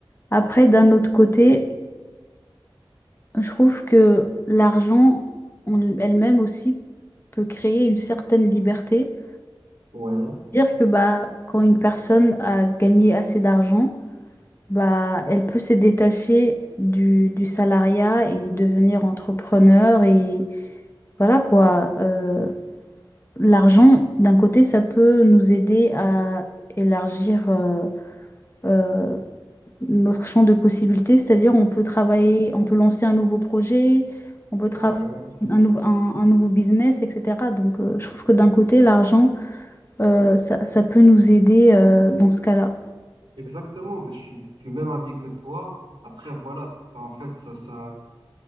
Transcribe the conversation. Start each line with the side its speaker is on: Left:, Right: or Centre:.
Left: Après, d'un autre côté, je trouve que l'argent en elle-même aussi peut créer une certaine liberté.
Right: ouais,
Left: Dire que bah, quand une personne a gagné assez d'argent, bah, elle peut se détacher du, du salariat et devenir entrepreneur et Voilà quoi, euh, l'argent, d'un côté, ça peut nous aider à élargir euh, euh, notre champ de possibilités, c'est-à-dire on peut travailler, on peut lancer un nouveau projet, on peut travailler
Right: ouais.
Left: un, nou- un- un nouveau business, etc. Donc euh, je trouve que d'un côté, l'argent, euh, ça, ça peut nous aider euh, dans ce cas-là.
Right: Exactement, ben, je suis du même avis que toi. Après, voilà, ça, en fait, ça, ça,